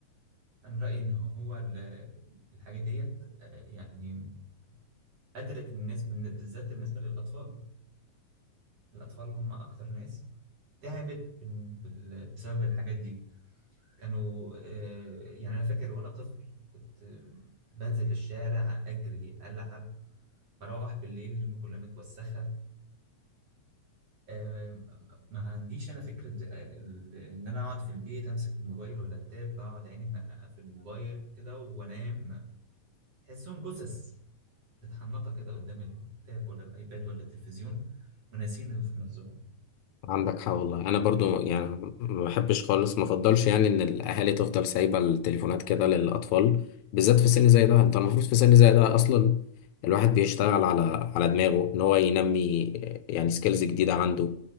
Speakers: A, on the right; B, on the left.
A: انا رايي ان هو ال- الحاجات ديت آه، يعني قتلت الناس بالن- بالذات بالنسبة للأطفال الأطفال هم أكتر ناس تعبت بال- بال- بسبب الحاجات دي كانوا آه، يعني أنا فاكر وأنا طفل كنت آه، بنزل في الشارع أجري ألعب بروح بالليل هدومي كلها متوسخة آه، ما عنديش أنا فكرة آه، ال- إن أنا أقعد في البيت أمسك الموبايل ولا التاب أقعد عيني منققة في الموبايل كده وأنام تحسهم جثث متحنطة كده قدام التاب ولا الأيباد ولا التلفزيون وناسين نفسهم
B: عندك حق والله أنا برضو يعني ما بحبش خالص ما أفضلش يعني إن الأهالي تفضل سايبة التليفونات كده للأطفال بالذات في سن زي ده أنت المفروض في سن زي ده أصلا الواحد بيشتغل على على دماغه إن هو ينمي يعني سكيلز جديدة عنده